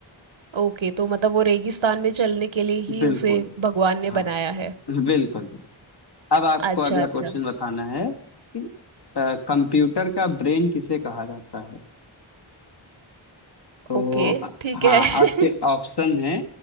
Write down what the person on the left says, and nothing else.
बिल्कुल
हाँ
बिल्कुल अब आपको
अगला
क्वेश्चन बताना है कि अ, कंप्यूटर का ब्रेन किसे कहा जाता है तो
अ,
हाँ
आपके ऑप्शन है